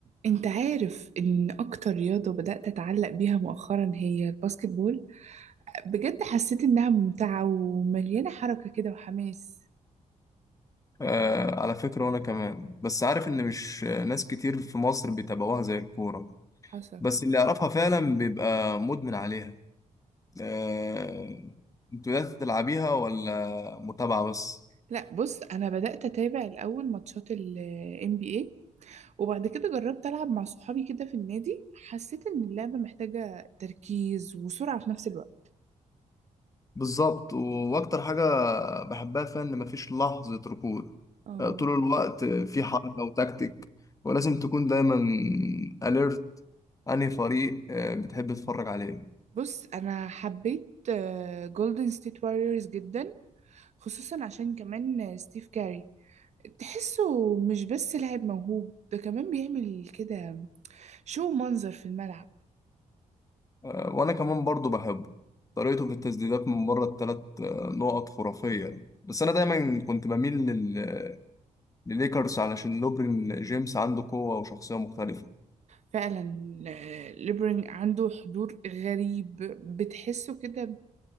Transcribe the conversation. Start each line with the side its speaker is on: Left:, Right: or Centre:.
Right: انت عارف ان اكتر رياضة بدأت اتعلق بيها مؤخرا هي الباسكت بول بجد حسيت انها ممتعة ومليانة حركة كده وحماس
Left: آه على فكرة وأنا كمان بس عارف إن مش ناس كتير في مصر بيتابعوها زي الكورة
Right: حصل
Left: بس اللي يعرفها فعلا بيبقى مدمن عليها آه أنتوا يا تلعبيها ولا متابعة بس
Right: لا بص انا بدأت اتابع الاول ماتشات ال NBA وبعد كده جربت العب مع صحابي كده في النادي حسيت ان اللعبة محتاجة تركيز وسرعة في نفس الوقت
Left: بالظبط و- وأكتر حاجة بحبها فيها إن مفيش لحظة ركود
Right: اه
Left: آه طول الوقت في حركة وتكتيك ولازم تكون دايما أليرت أنهي فريق آه بتحب تتفرج عليه
Right: بص انا حبيت جولدن ستيت واريورز جدا خصوصا عشان كمان آه، ستيف كاري تحسه مش بس لاعب موهوب ده كمان بيعمل كده شو منظر في الملعب
Left: آه، وانا كمان برضو بحبه طريقته في التسديدات من بره الثلاث نقط خرافية بس انا دايما كنت بميل لل... لليكرز علشان لوبرين جيمس عنده قوة وشخصية مختلفة
Right: فعلا آه، ليبرينج عنده حضور غريب بتحسه كده